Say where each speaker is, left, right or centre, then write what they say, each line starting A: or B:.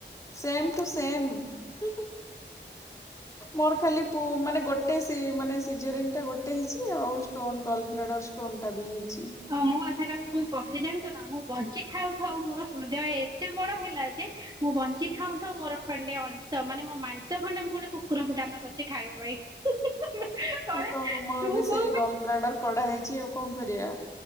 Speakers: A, on the left; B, on the right.
A: ସେମ ଟୁ ସେମ ମୋର ଖାଲି ପୁ ମାନେ ଗୋଟେ ମାନେ ସିଜରିଂ ଟା ଗୋଟେ ହେଉଛି ଆଉ ଷ୍ଟୋନ ଗଲ୍ଡ ବ୍ଲାଡର ଷ୍ଟୋନ ଟା ବି ହେଇଛି।
B: ହ ମୁଁ ଏବେ ତାଙ୍କୁ କଣ କହିଲି ଜାଣିଛ ନା ମୁଁ ବଞ୍ଚି ଥାଉ ଥାଉ ମୋର ହୃଦୟ ଏତେ ବଡ ହେଲା ମୁଁ ବଞ୍ଚି ଥାଉ ଥାଉ ମୋର ଖଣ୍ଡେ ଅଂଶ ମାନେ ମୋ ମାଂସ ଖଣ୍ଡେ ମୁଁ ଗୋଟେ କୁକୁରଙ୍କୁ ଦାନ କରୁଛି ଖାଇବା ପାଇଁ କଣ
A: ଆଉ ମୋର
B: ତୁ
A: ବି ସେଇ
B: କୁହ ବେ
A: ଗଲ ବ୍ଲାଡର କଢା ହେଇଛି ଆଉ କଣ କରିବା